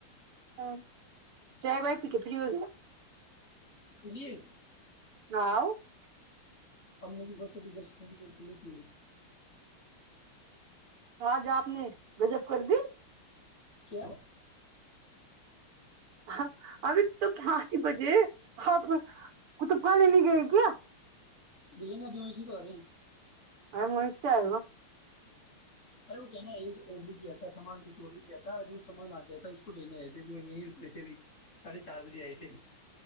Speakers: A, on the right; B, on the left.
A: ہاں چائے بائی پیک ہے فری ہو گیا
B: ج <unintelligible>
A: <unintelligible>
B: ہم نے بھی بس ابھی جسٹ جی <unintelligible>
A: آج آپ نے گجب کر دی
B: کیا <unintelligible>
A: ہ ابھی تو پچ بجے آ کت پانی نہیں گئے کیا
B: بجے نبیوںئی س دوارے
A: ا منیش سے آ وہ
B: ارے وہ کہنا ایک آرڈر کیا تھا سامان کچھ آڈر کیا تھا جو سامان آ گیا تھا اس کو لینے آئے تھے جو یہیں رک رہے تھے اھی ساڑھے چار بجے آئے تھے